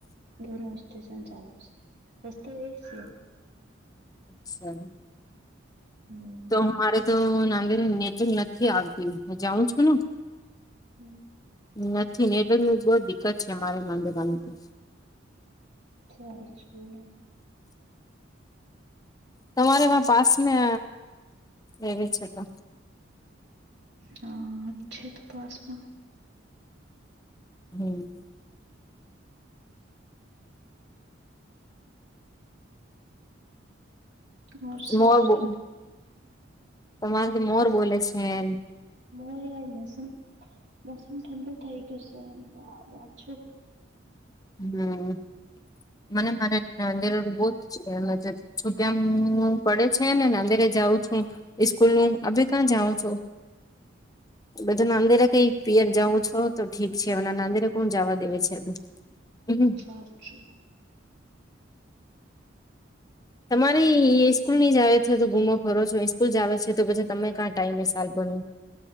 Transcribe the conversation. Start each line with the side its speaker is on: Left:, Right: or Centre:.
Right: બસ સ્ટેશન ચાલુ છે, રસ્તો એક છે.
Left: અચ્છા.
Right: હમ.
Left: તો મારે તો નાંદે નેટ નથી આવતી, હું જાઉં છું ને.
Right: હમ.
Left: નથી નેટ, બહુ દિકકત છે, અમારે માંડેરાની તો.
Right: સાછું <unintelligible>
Left: તમારે માં પાસ ને, એવી છે તો.
Right: હા, અચ્છા તો પાસમાં.
Left: હમ.
Right: ઓર શું
Left: મોરો
Right: કરો
Left: તમારે તો મોર બોલે છે, એમ.
Right: બો યાર મોસમ મોસમ ઠંડુ થઈ ગયું છે, એમ તો પાછું.
Left: હમ. મને મારે બહુ જ છે, તો. પડે છે ને, અંદેરે જાઉં છું, સ્સ્કૂલ નું એ કં જાઉં છો. બધું નાંદેરે કઈ પિયર જવું છે, તો ઠીક છે, એમ નાંદેરે કોણ જવા દેવે છે. એ.
Right: પાછો.
Left: તમારી સ્સ્કૂલ ની જ આવે છે, તો ગુમો ખરો છો? સ્કૂલ જ આવે છે તો પછી તમે ક્યાં ટાઈમ સાલભરું?